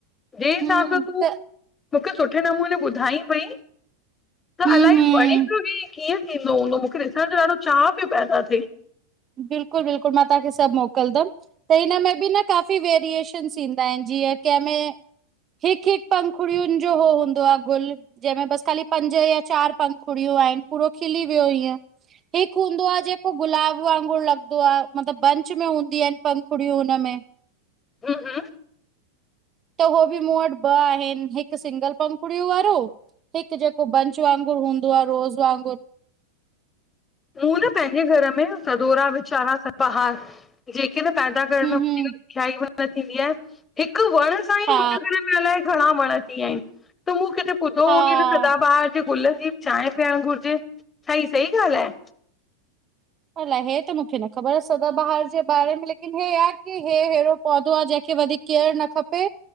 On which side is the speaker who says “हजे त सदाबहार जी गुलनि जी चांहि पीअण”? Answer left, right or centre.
Left